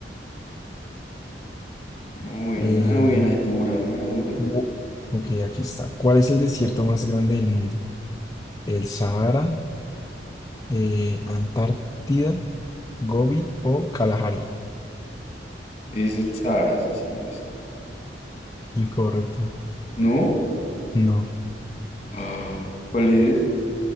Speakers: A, on the left; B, on the left.
A: Una buena,
B: eh,
A: una buena y dura, una dura.
B: Oh, Ok, aquí está. ¿Cuál es el desierto más grande del mundo? ¿El Sahara, eh, Antártida, Gobi o Kalahari?
A: Es el Sahara, esa sí me la sé.
B: Incorrecto.
A: ¿No?
B: No,
A: Ah, ¿Cuál es?